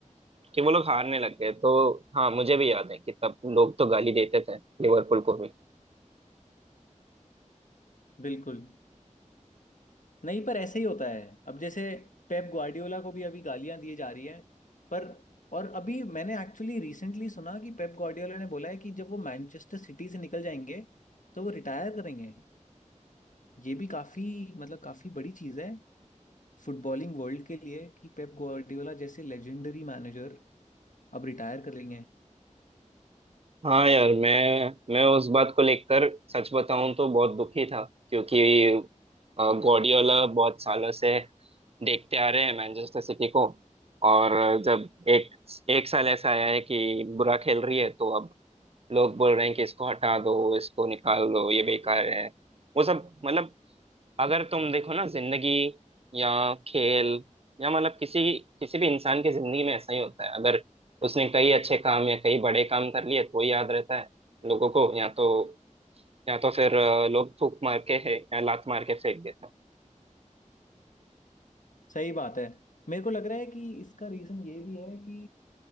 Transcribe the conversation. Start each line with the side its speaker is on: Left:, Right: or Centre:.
Right: कि वो लोग हारने लग गए तो हाँ मुझे भी याद है कि तब लोग तो गाली देते थे लिवरपूल को
Left: बिल्कुल नहीं पर ऐसे ही होता है अब जैसे पेप ग्वार्डियोला को भी अभी गालियां दी जा रही हैं पर और अभी मैंने एक्चुअली रिसेंटली सुना कि पेप ग्वार्डियोला ने बोला है कि जब वो मैनचेस्टर सिटी से निकल जाएंगे तो वो रिटायर करेंगे ये भी काफी मतलब काफी बड़ी चीज है फुटबॉलिंग वर्ल्ड के लिए कि पेप ग्वार्डियोला जैसे लेजेंडरी मैनेजर अब रिटायर कर लेंगे
Right: हाँ यार मैं मैं उस बात को लेकर सच बताऊं तो बहुत दुखी था क्योंकि अ, गॉर्डियोला बहुत सालों से देखते आ रहे हैं मैनचेस्टर सिटी को और जब एक एक साल ऐसा आया है कि बुरा खेल रही है तो अब लोग बोल रहे हैं कि इसको हटा दो इसको निकाल दो ये बेकार है वो सब मतलब अगर तुम देखो ना जिंदगी या खेल या मतलब किसी किसी भी इंसान की जिंदगी में ऐसा ही होता है अगर उसने कई अच्छे काम या कई बड़े काम कर लिए तो ही याद रहता है लोगों को या तो या तो फिर अ, लोग थूक मार के है या लात मार के फेंक देते हैं
Left: सही बात है मेरे को लग रहा है कि इसका रीजन ये भी है कि